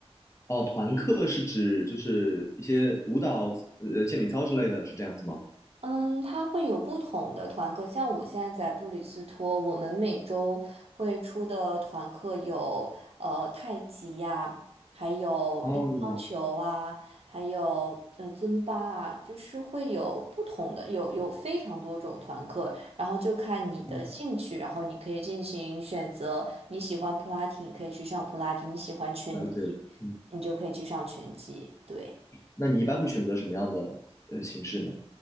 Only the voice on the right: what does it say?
嗯，它会有不同的团课，像我现在在布里斯托，我们每周会出的团课有呃太极呀，还有乒乓球啊，
还有呃尊巴啊，就是会有不同的，有有非常多种团课，然后就看你的兴趣，
然后你可以进行选择，你喜欢普拉提，你可以去上普拉提，你喜欢拳击，
你就可以去上拳击，对。